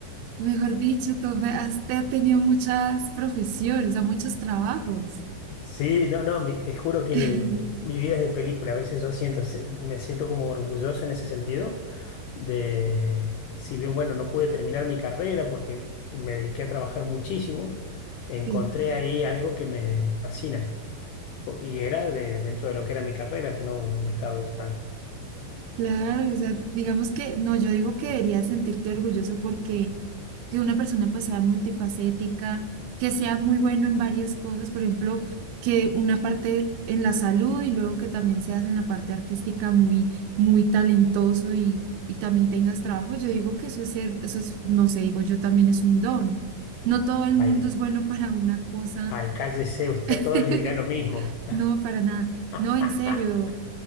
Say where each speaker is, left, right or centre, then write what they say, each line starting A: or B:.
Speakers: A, on the right; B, on the left.
A: Mejor dicho, tú me- has, te- has tenido muchas profesiones, o sea, muchos trabajos.
B: Sí, no, no, mi- te juro que
A: <laughs>
B: mi vida es de película. A veces yo siento, se- me siento como orgulloso en ese sentido de, si bien, bueno, no pude terminar mi carrera porque me dediqué a trabajar muchísimo, encontré
A: Sí,
B: ahí algo que me fascina. Por- Y era de, dentro de lo que era mi carrera, que no, no me estaba gustando.
A: claro, o sea, digamos que, no, yo digo que deberías sentirte orgulloso porque que una persona pues sea multifacética, que sea muy bueno en varias cosas, por ejemplo, que una parte en la salud y luego que también seas en la parte artística muy, muy talentoso y, y también tengas trabajo. Yo digo que eso es ser, eso es, no sé, digo yo también es un don. No todo el
B: Ay,
A: mundo es bueno para una cosa,
B: ay, cállese, usted
A: <laughs>
B: a todos les dirá lo mismo.
A: no, para nada, no,
B: <laughs>
A: en serio.